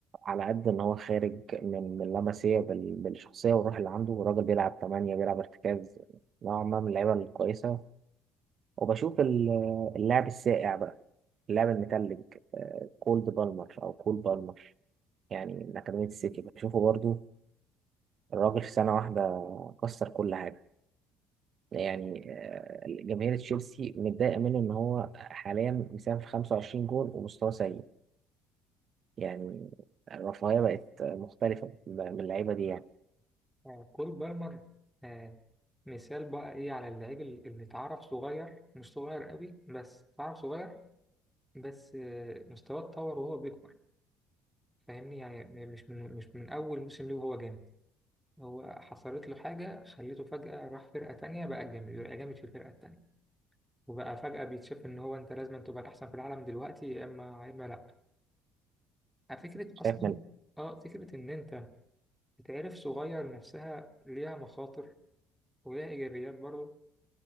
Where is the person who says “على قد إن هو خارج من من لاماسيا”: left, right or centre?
Right